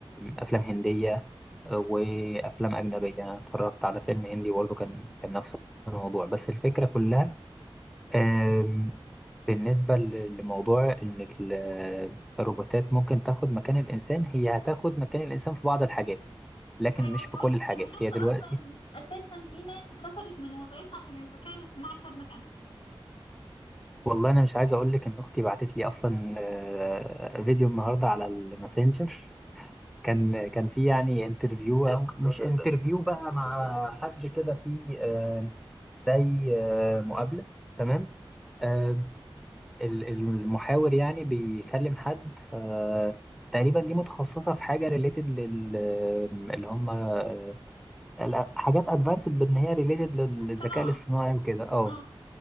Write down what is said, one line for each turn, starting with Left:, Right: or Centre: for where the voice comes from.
Centre: أفلام هندية وأفلام أجنبية أنا اتفرجت على فيلم هندي برضه كان كان نفس الموضوع بس الفكرة كلها آم، بالنسبة ل- لموضوع إن ال- الروبوتات ممكن تاخد مكان الإنسان هي هتاخد مكان الإنسان في بعض الحاجات لكن
Left: زي
Centre: مش
Left: وظائف
Centre: في كل الحاجات
Left: انا شفت
Centre: هي
Left: اصلا
Centre: دلوقتي
Left: اساسا في ناس اترفضت من وظائفها عشان الذكاء الاصطناعي خد مكانها
Centre: والله أنا مش عايز أقول لك إن أختي بعتت لي أصلا آه، فيديو النهاردة على الماسنجر كان كان في يعني انترفيو أو مش انترفيو بقى مع حد كده في آه، زي آه، مقابلة تمام آه، ال- المحاور يعني بيكلم حد ف تقريبا دي متخصصة في حاجة ريليتد لل آه، اللي هم آه، ال- حاجات ادفانسد بان هي ريليتد للذكاء
Left: اصطناعي
Centre: الاصطناعي وكده اه
Left: اه